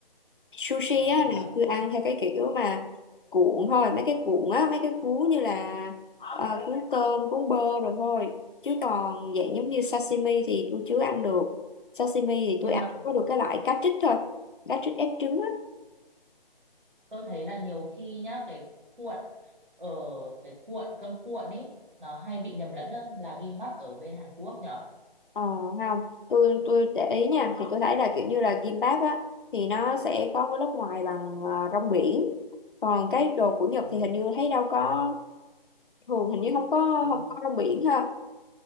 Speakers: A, on the left; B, on the right.
A: sushi
B: đó
A: á
B: hả
A: là cứ ăn theo cái kiểu mà cuộn thôi mấy cái cuộn á mấy cái cuốn như là ờ, cuốn tôm cuốn bơ rồi thôi chứ còn dạng
B: Tôi-
A: giống như sashimi thì tôi chưa ăn được sashimi thì
B: nhưng
A: tôi ăn
B: mà
A: có được cái loại cá trích thôi cá trích ép trứng á
B: tôi thấy là nhiều khi nhá cái cuộn ở cái cuộn cơm cuộn ấy nó hay bị nhầm lẫn lắm là gimbap ở bên Hàn Quốc nhở
A: ờ không tôi tôi để ý nha thì tôi thấy là kiểu như là gimbap á thì nó sẽ có cái lớp ngoài bằng ờ, rong biển còn cái đồ của Nhật
B: ừ.
A: thì hình như thấy đâu có thường hình như không có
B: đâu
A: không có rong biển ha